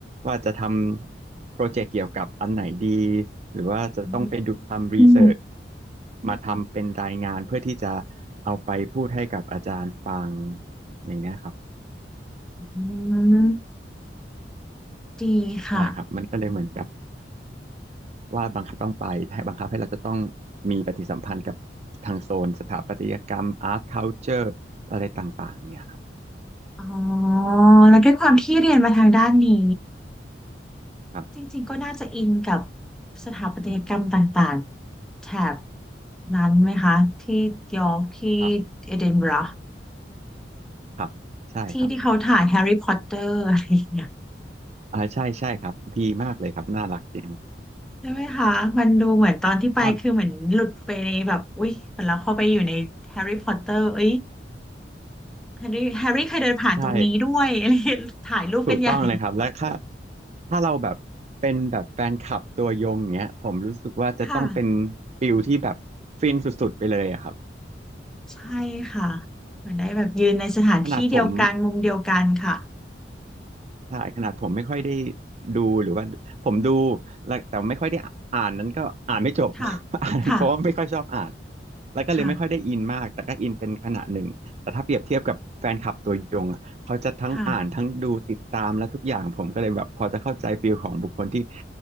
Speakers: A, on the right; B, in the centre.
A: ว่าจะทำโปรเจกต์เกี่ยวกับอันไหนดีหรือว่าจะต้องไปดูทำรีเสิร์ช
B: อืม
A: มาทำเป็นรายงานเพื่อที่จะเอาไปพูดให้กับอาจารย์ฟังอย่างเงี้ยครับ
B: อืมดีค่ะ
A: ใช่ครับมันก็เลยเหมือนกับ ว่าบังคับต้องไปให้บังคับให้เราจะต้องมีปฏิสัมพันธ์กับทางโซนสถาปัตยกรรมอาร์ตคัลเจอร์อะไรต่างๆเนี่ยครับ
B: อ๋อแล้วด้วยความที่เรียนมาทางด้านนี้
A: ครับ
B: จริงๆก็น่าจะอินกับสถาปัตยกรรมต่างๆ แถบนั้นไหมคะที่ยอร์กที่เอดินบะระ
A: ครับครับใช่ครับ
B: ที่ที่เขาถ่ายแฮร์รี่พอตเตอร์อะไรอย่างเงี้ย
A: อ่าใช่ใช่ครับดีมากเลยครับน่ารักจริง
B: ใช่ไหมคะมันดูเหมือนตอนที่ไปคือเหมือนหลุดไปในแบบอุ๊ยเหมือนเราเข้าไปอยู่ในแฮร์รี่พอตเตอร์เอ้ย
A: ต้อน
B: แฮร์รี่แฮร์รี่เคยเดินผ่านตรงนี้ด้วย
A: ใช่
B: <laughs> อะไรอย่างเงี้ยถ่ายรูปกันใหญ่
A: ถูกต้องเลยครับและถ้าถ้าเราแบบเป็นแบบแฟนคลับตัวยงเงี้ยผมรู้สึกว่าจะต้องเป็น
B: ค่ะ
A: ฟิลที่แบบฟินสุดๆไปเลยอะครับ
B: ใช่ค่ะเหมือนได้แบบยืนในสถานที่เดียวกันมุมเดียวกันค่ะ
A: ขนาดผม ใช่ขนาดผมไม่ค่อยได้ดูหรือว่าผมดูแล้วแต่ไม่ค่อยได้อ่านนั้นก็อ่านไม่จบ
B: ค่ะ
A: <laughs> อ่านเพราะว่าไม่ค่อยชอบอ่าน
B: ค่ะ
A: แล้วก็เลยไม่ค่อยได้อินมากแต่ก็อินเป็นขนาดหนึ่งแต่ถ้าเปรียบเทียบกับแฟนคลับตัวยงอะเขาจะทั้งอ่านทั้งดูติดตามและทุกอย่างผมก็เลยแบบพอจะเข้าใจฟีลของบุคคลที่
B: ค่ะค่ะ